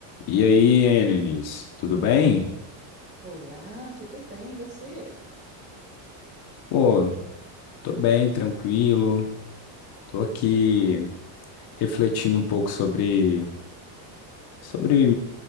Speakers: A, on the left; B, on the right.
A: E aí, hein, tudo bem?
B: Olá, tudo bem? E você?
A: Pô, tô bem, tranquilo. Tô aqui refletindo um pouco sobre, sobre